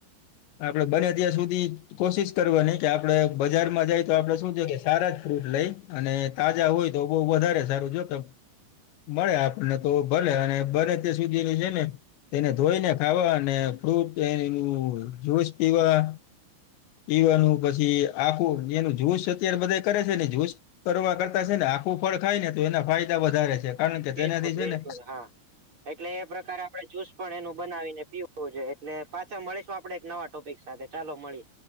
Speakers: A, on the left; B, on the right.
A: આપણે બને ત્યાં સુધી કોશિશ કરવાની કે આપણે બજારમાં જાય તો આપણે શું છે કે સારા જ ફ્રુટ લઈ અને તાજા હોય તો બઉ વધારે સારું જો કે મળે આપણને તો ભલે અને બને ત્યાં સુધીની છે ને તેને ધોઈને ખાવા અને ફ્રૂટ એ જ્યુસ પીવા પીવાનું પછી આખું એનું જૂસ અત્યારે બધા કરે છે ને જૂસ કરવા કરતા છે ને આખું ફળ ખાય ને તો એના ફાયદા વધારે છે. કારણ કે
B: બિલકુલ
A: તેનાથી છે
B: બિલકુલ
A: ને
B: હા એટલે એ પ્રકારે આપણે જુસ પણ એનું બનાવીને પીવુ શું છે એટલે પાછા મળીશું આપડે એક નવા ટોપિક સાથે ચાલો મળીએ